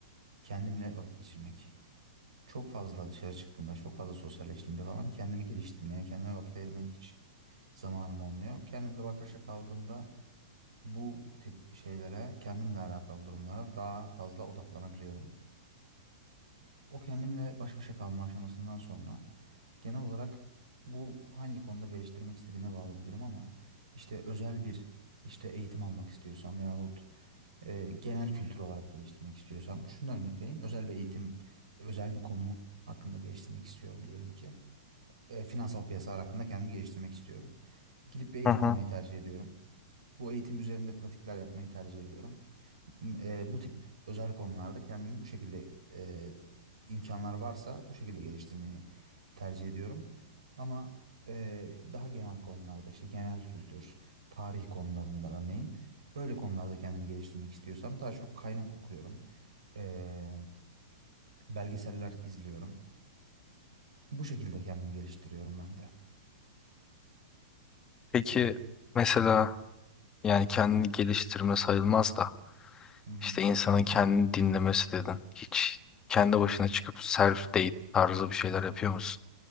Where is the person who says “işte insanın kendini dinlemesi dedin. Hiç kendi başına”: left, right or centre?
Left